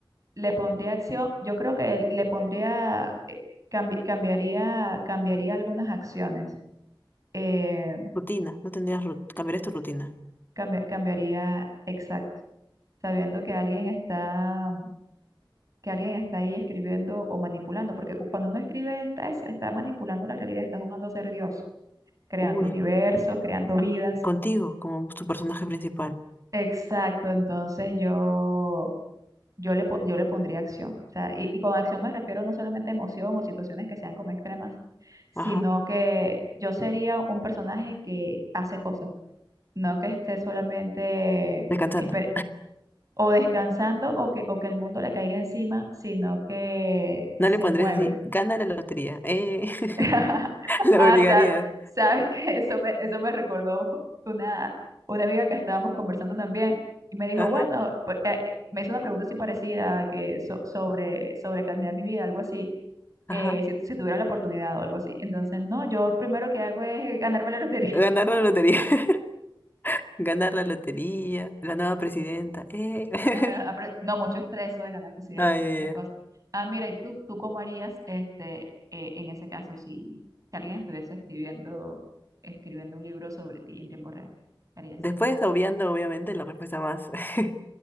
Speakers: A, on the right; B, on the left.
A: le pondría acción, yo creo que le pondría, eh, cambi- cambiaría, cambiaría algunas acciones, eh,
B: Rutina, no tendrías rut cambiarías tu rutina.
A: cambi- cambiaría, exacto, sabiendo que alguien está, que alguien está ahí escribiendo o manipulando, porque u- cuando uno escribe está, es- está manipulando la realidad, está jugando a ser Dios, creando
B: Uy,
A: universos, creando vidas.
B: contigo como tu personaje principal.
A: Exacto, entonces yo yo le, po- yo le pondría acción. O sea, y, y con acción me refiero no solamente a emoción o situaciones que sean como extremas, sino
B: Ajá,
A: que yo sería un personaje que hace cosas, no que esté solamente
B: descansando.
A: esper- o descansando o que, o que el mundo le caiga encima, sino que se
B: No le pondrías
A: mueve
B: así, gana la lotería. Eh, <laughs>
A: <laughs>
B: la
A: Ah,
B: obligarías.
A: sa- sabes que eso me, eso me recordó una, una amiga que estábamos conversando también y me dijo,
B: Ajá,
A: bueno, por- eh, eh, me hizo una pregunta así parecida que so- sobre, sobre cambiar mi vida, algo así,
B: ajá.
A: eh, si, si tuviera la oportunidad o algo así. Entonces, no, yo primero que hago es ganarme la lotería.
B: Ganar
A: <laughs>
B: la lotería. <laughs> Ganar la lotería. La nueva presidenta. Eh.
A: Ah, ah,
B: <laughs>
A: pre- no, mucho estrés eso de ganar presidencia,
B: Ay,
A: esa
B: ay,
A: cosa.
B: ay.
A: Ah, mira, ¿y tú, tú cómo harías este, eh, en ese caso si, si alguien estuviese escribiendo, escribiendo un libro sobre ti en tiempo real? ¿Qué harías?
B: Después, obviando, obviamente, la respuesta más <laughs>